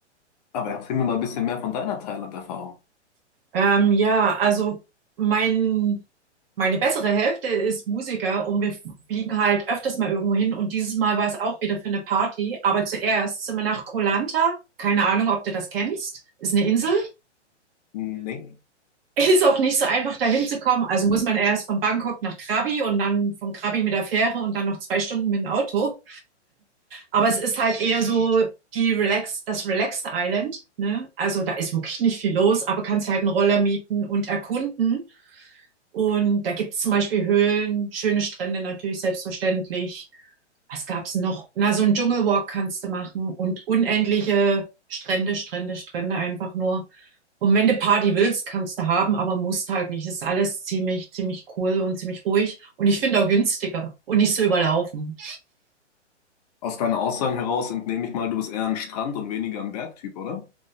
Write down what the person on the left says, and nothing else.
aber erzähl mir mal ein bisschen mehr von deiner Thailand-Erfahrung.
Nee.
Aus deinen Aussagen heraus entnehme ich mal, du bist eher ein Strand- und weniger ein Bergtyp, oder?